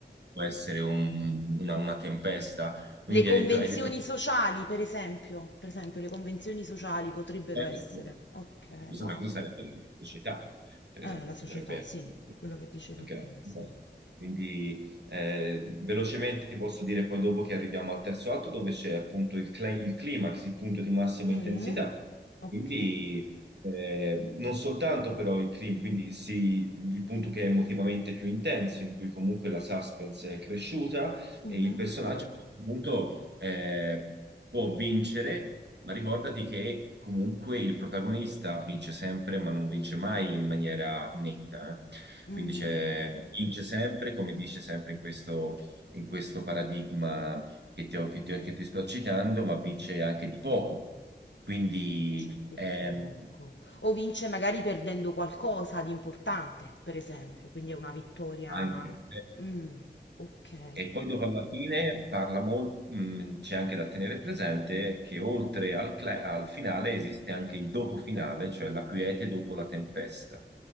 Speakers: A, on the right; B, on the left.
A: può essere un- una, una tempesta. Quindi
B: Le convenzioni
A: hai detto, hai detto
B: sociali, per esempio, per esempio, le convenzioni sociali potrebbero
A: Certo,
B: essere. Ok,
A: in questo
B: wow.
A: caso sarebbe l'elettricità, per
B: Eh,
A: esempio,
B: la società,
A: potrebbe
B: sì,
A: essere
B: quello che dicevi
A: anche
B: prima, sì.
A: la- Quindi eh, velocemente ti posso dire poi dopo che arriviamo al terzo atto dove c'è appunto il, cla- il climax, il punto di massima
B: Mm,
A: intensità.
B: ok.
A: Quindi eh, non soltanto però il clima, quindi sì, il punto che è emotivamente più intenso, in cui comunque la suspense è cresciuta
B: Mhm.
A: e il personaggio a questo punto eh, può vincere ma ricordati che comunque il protagonista vince sempre, ma non vince mai in maniera netta. eh.
B: Mm,
A: Quindi c'è- vince sempre, come dice sempre in questo, in questo paradigma che ti ho- che ti ho- che ti sto citando, ma vince anche di poco. Quindi
B: vince anche
A: ehm,
B: di poco. O vince magari perdendo qualcosa di importante, per esempio, quindi è una vittoria.
A: anche.
B: Mm, ok,
A: E poi dopo alla fine parla mol- mh, c'è anche da tenere presente che oltre al, cle- al finale esiste anche il dopo finale, cioè la quiete dopo la tempesta,